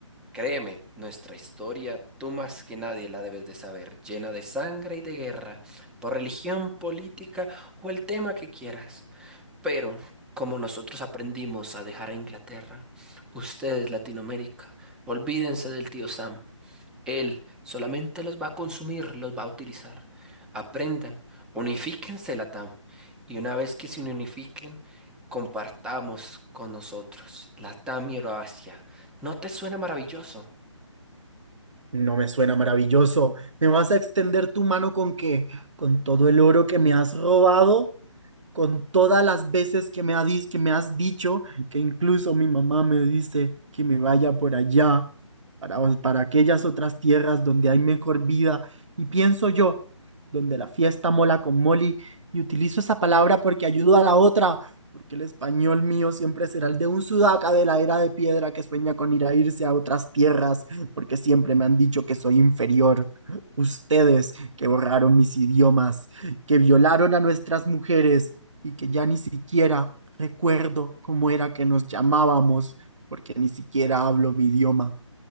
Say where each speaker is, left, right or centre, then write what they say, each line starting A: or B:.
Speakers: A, in the centre; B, on the right.
A: Créeme, nuestra historia, tú más que nadie la debes de saber, llena de sangre y de guerra, por religión, política o el tema que quieras. Pero como nosotros aprendimos a dejar a Inglaterra, ustedes, Latinoamérica, olvídense del tío Sam. Él solamente los va a consumir, los va a utilizar. Aprendan, unifíquense, Latam. Y una vez que se unifiquen, compartamos con nosotros, Latam y Euroasia. ¿No te suena maravilloso?
B: No me suena maravilloso. ¿Me vas a extender tu mano con qué? ¿Con todo el oro que me has robado? con todas las veces que me, ha dis- que me has dicho, que incluso mi mamá me dice que me vaya por allá, para, para aquellas otras tierras donde hay mejor vida. Y pienso yo, donde la fiesta mola con Molly, y utilizo esa palabra porque ayudo a la otra, porque el español mío siempre será el de un sudaca de la era de piedra que sueña con ir a irse a otras tierras, porque siempre me han dicho que soy inferior. Ustedes que borraron mis idiomas, que violaron a nuestras mujeres, y que ya ni siquiera recuerdo cómo era que nos llamábamos, porque ni siquiera hablo mi idioma.